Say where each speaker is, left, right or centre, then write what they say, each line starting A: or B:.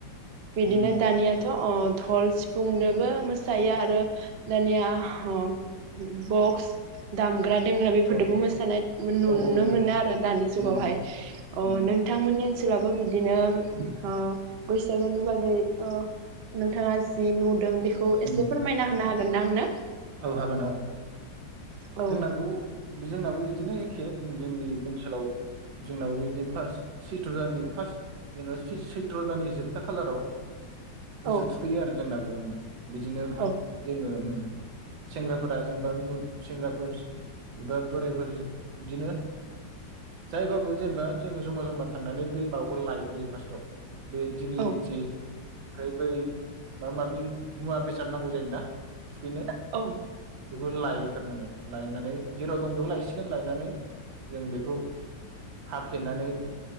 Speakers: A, on the right (about 75°); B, on the right (about 85°).
A: बिदिनो
B: उम
A: दानियाथ अ धल सिफुंदोबो मो सायो आरो दानिया ह बक्स दाम ग्रा दोमग्रा बेफोरजोंबो
B: औ
A: मोसानाय नुनो
B: औ औ नंगौ
A: मोनो आरो दानि जुगावहाय
B: उम उम
A: अ
B: उम
A: नोंथांमोननि सोलाबो बिदि दिनो ओ‌ सागुनि बागै ओ नोंथा थाङा जि नुदों बेखौ एसे
B: उम
A: फोरमायना होनो हागोन ना आंनो
B: औ हागोन औ।
A: औ
B: जोंनाबो जोंनाबो इद दिनो एखे जों जोंनि ओनसोलाव जोंनाबो बिदि फार्स्ट सैथ्र दाननि फार्स्ट जेनेबा सैथ्र दाननि जोबथा खालाराव मोसौ
A: औ
B: थुखैयो आरो जोंनाबो उम बिदिनो
A: औ
B: जोङो। उम सेंग्राफोरा जेनेबा सेंग्राफोर एबा बोरायफोर इदिनो जायबाबो जेनेबा जोङो जमा जमा थांनानै बे माबाखौ लायग्रोयो फार्स्टआव। बे दिलिलिथि
A: औ
B: ओमफ्राय बै मा माबि मुवा बेसाद। नांगौ जायोना थुखैनो।
A: औ
B: बेखौ लाय थारमाने लायनानै जेराव दं बेयाव लायसिगोन लायनानै जों बेखौ हाफ्लेनानै